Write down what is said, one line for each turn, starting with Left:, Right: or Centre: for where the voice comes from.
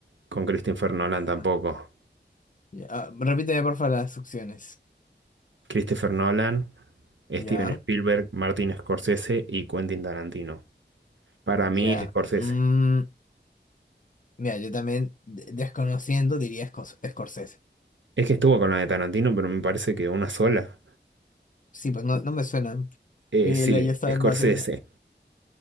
Right: con Christopher Nolan
Left: ya.
Right: tampoco.
Left: ya. Ah, repíteme, porfa, las opciones.
Right: Christopher Nolan, Steven
Left: Ya,
Right: Spielberg, Martin Scorsese y Quentin Tarantino. Para mí,
Left: ya.
Right: Scorsese.
Left: Mm, mira, yo también, de- desconociendo, diría Scors- Scorsese.
Right: Es que estuvo con la de Tarantino, pero me parece que una sola.
Left: Sí, pues no, no me suena
Right: Eh,
Left: que
Right: sí,
Left: él haya estado
Right: Scorsese.
Left: en más de una.